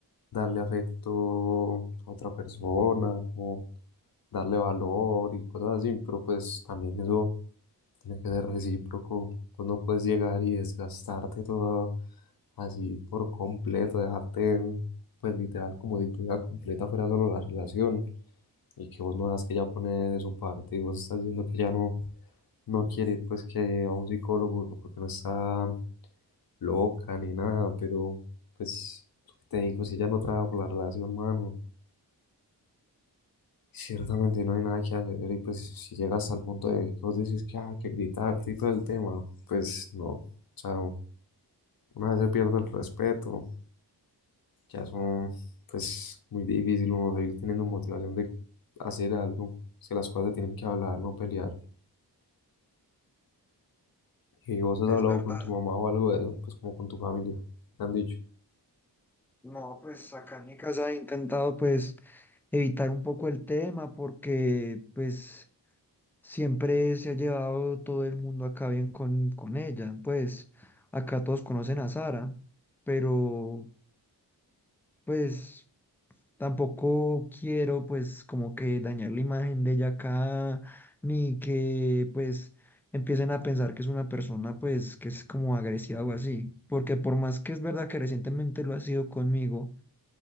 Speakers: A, on the left (about 55°); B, in the centre.
A: darle afecto a otra persona, como darle valor y cosas así, pero pues también eso tiene que ser recíproco. Tú no puedes llegar y desgastarte todo así por completo, dejarte pues literal, como si tu vida completa fuera solo la relación y que vos no das que ella pone de su parte y vos estás diciendo que ya no, no quiere ir pues que a un psicólogo que porque no está loca ni nada, pero pues lo que te digo, si ella no trabaja por la relación, mano, ciertamente no hay nada que hacer y pues si llegas al punto de que vos decís que "Ah, hay que gritarte y todo el tema, pues no, o sea, una vez se pierde el respeto, ya son, pues, muy difícil uno seguir teniendo motivación de hacer algo. Es que las cosas se tienen que hablar, no pelear. Y vos has
B: Es
A: hablado
B: verdad.
A: con tu mamá o algo de eso, pues como con tu familia, ¿Qué te han dicho.
B: No, pues acá en mi casa he intentado pues evitar un poco el tema porque pues siempre se ha llevado todo el mundo acá bien con, con ella. Pues acá todos conocen a Sara, pero pues... Tampoco quiero pues como que dañar la imagen de ella acá, ni que pues empiecen a pensar que es una persona pues que es como agresiva o así, porque por más que es verdad que recientemente lo ha sido conmigo,